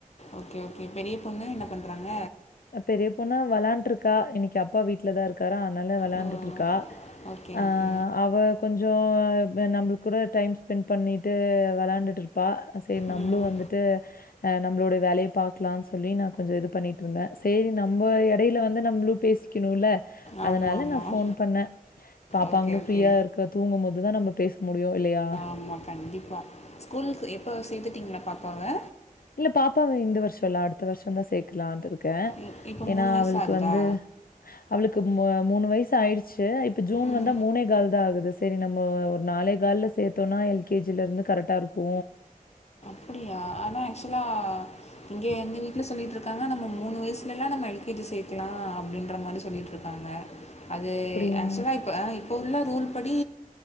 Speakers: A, on the left; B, on the left.
A: ஓகே ஓகே பெரிய பொண்ணு என்ன பண்றாங்க?
B: பெரிய பொண்ணு வெளாண்ட்டு இருக்கா இன்னைக்கு அப்பா வீட்லதா இருக்காறா அதனால வெளாண்ட்டு
A: ஓ
B: இருக்கா
A: ஓகே
B: ஆ
A: ஓகே
B: அவ கொஞ்சோ நம்மளுக்கு கூட டைம் ஸ்பெண்ட் பண்ணிட்டு வெளைண்டுட்டு இரு ப்பா செரி நம்மளு
A: ம்
B: வந்துட்டு ஆ நம்மளோடைய வேலைய பாக்கலான் சொல்லி நா கொஞ்சொ இது பண்ணிட்டு இருந்தேன் சேரி நம்மோ எடைல வந்து நம்மளு பேசி க்கிணுல்ல
A: ஆமாம்
B: அதனால
A: ஆமாம்
B: நா ஃபோன் பண்ண பாப்பாங்களு
A: ஓகே ஓகே
B: ஃப்ரீயா இருக்க தூங்கும்போதுதான் நம்ம பேச முடியு இல்லையா
A: ஆமா கண்டிப்பா ஸ்கூல்க்கு எப்ப சேத்துட்டீங்ளா பாப்பாவ
B: இல்ல பாப்பாவ இந்த வருஷொ இல்ல அடுத்த வருஷந்தா சேக்கலான்ட்டு இருக்கேன்
A: இ இப்போ
B: ஏனா
A: மூணு வயசு
B: அவளுக்கு
A: ஆகுதா
B: வந்து அவளுக்கு மூ மூணு வயசு ஆயிடுச்சு இப்ப ஜூன்
A: ம்
B: வந்தா மூனே கால்தா ஆகுது சேரி நம்மோ நாலே கால்ல சேத்தோன்னா எல் கே ஜி ல இருந்து கரெக்டா இருக்கு
A: அப்டியா ஆனா ஆக்சுலா இங்க எங்க வீட்ல சொல்லிட்டு இருக்காங்க நம்ம மூணு வயசல எல்லா நம்ம எல் கே ஜி சேக்கலா அப்டின்ற மாரி சொல்லிட்டு இருக்காங்க அது
B: அப்படியா?
A: ஆக்சுலா இப்ப இப்போ உள்ள ரூல் படி